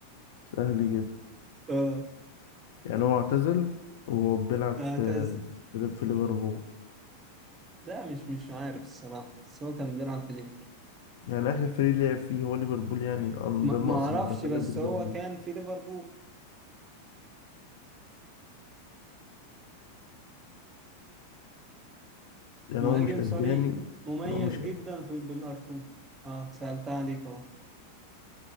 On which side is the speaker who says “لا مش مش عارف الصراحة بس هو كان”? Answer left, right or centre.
Right